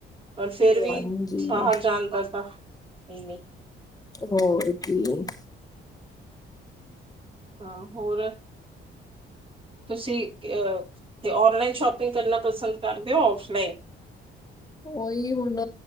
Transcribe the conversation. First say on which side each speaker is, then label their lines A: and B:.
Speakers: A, on the right (about 25°); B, on the left (about 20°).
A: ਔਰ ਫੇਰ
B: ਹਾਂਜੀ
A: ਵੀ ਬਾਹਰ ਜਾਣਦਾ ਤ ਇਮੀ।
B: ਹੋਰ ਕੀ?
A: ਹਾਂ ਹੋਰ‌। ਤੁਸੀਂ ਤੇ ਔਨਲਾਈਨ ਸ਼ੋਪਿੰਗ ਕਰਨਾ ਪਸੰਦ ਕਰਦੇ ਹੋ ਔਫਲਾਈਨ।
B: ਉਹੀ ਹੁਣ।